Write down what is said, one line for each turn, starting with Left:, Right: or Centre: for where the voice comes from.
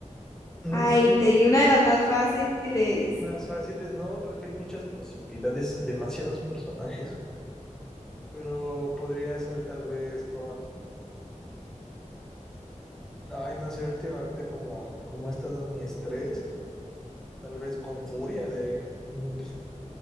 Left: Ay,
Centre: No sé,
Left: te di una de las más fáciles.
Centre: más fáciles no, porque hay muchas posibilidades, demasiados personajes. Pero podría ser tal vez con... Ay, no sé, últimamente como, como he estado mi estrés, tal vez con furia de, de,